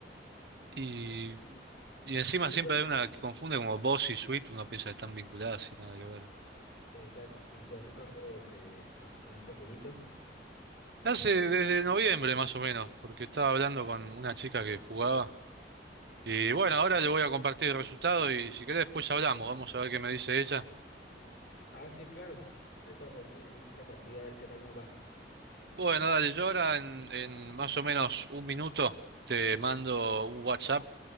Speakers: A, on the right (about 65°); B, on the left (about 70°).
A: Y,
B: Sí.
A: y encima
B: ¿Y
A: siempre
B: tú,
A: hay una que confunde como boss y sweet, uno piensa que están vinculadas y nada que ver.
B: exacto, y tú hace cuánto que estás con este jueguito?
A: Hace desde noviembre más o menos, porque estaba hablando con una chica que jugaba. Y bueno, ahora le voy a compartir el resultado y si querés después hablamos, vamos a ver qué me dice ella.
B: Ah, sí, claro. Ahorita podemos darnos otra partida a ver qué tal nos va.
A: Bueno, dale, yo ahora en, en más o menos un minuto te mando un WhatsApp